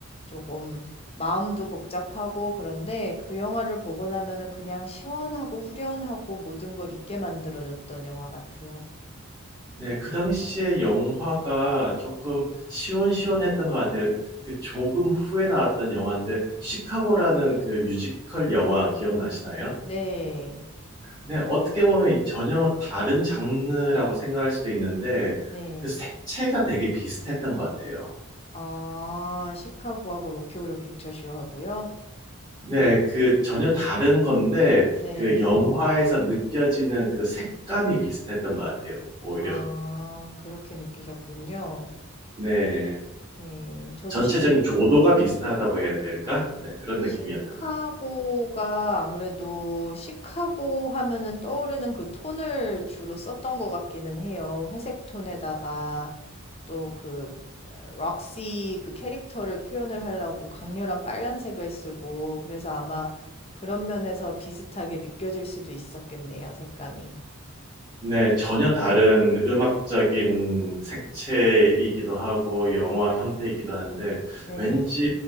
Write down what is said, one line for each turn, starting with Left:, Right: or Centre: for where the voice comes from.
Left: 조금 마음도 복잡하고 그런데 그 영화를 보고 나면은 그냥 시원하고 후련하고 모든 걸 잊게 만들어줬던 영화 같아요.
Right: 네. 그 당시에 영화가 조금 시원시원했던 것 같아요. 그 조금 후에 나왔던 영화인데, 시카고라는 그 뮤지컬 영화 기억나시나요?
Left: 네,
Right: 네, 어떻게 보면 전혀 다른 장르라고 생각할 수도 있는데,
Left: 네.
Right: 그 색채가 되게 비슷했던 것 같아요.
Left: 아, 시카고하고 로키 호러 픽처쇼 하고요.
Right: 네, 그 전혀 다른 건데,
Left: 네.
Right: 그 영화에서 느껴지는 그 색감이 비슷했던 것 같아요, 오히려.
Left: 아, 그렇게 느끼셨군요.
Right: 네,
Left: 네. 저도
Right: 전체적인
Left: 시
Right: 조도가 비슷하다고 해야 될까? 네, 그런
Left: 시카고가
Right: 느낌이었던 것 같아요.
Left: 아무래도 시카고 하면은 떠오르는 그 톤을 주로 썼던 것 같기는 해요. 회색 톤에다가 또 그 록시 그 캐릭터를 표현을 하려고 강렬한 빨간색을 쓰고 그래서 아마 그런 면에서 비슷하게 느껴질 수도 있었겠네요, 색감이.
Right: 네, 전혀 다른 음악적인 색채이기도 하고 영화 형태이기도 한데
Left: 네.
Right: 왠지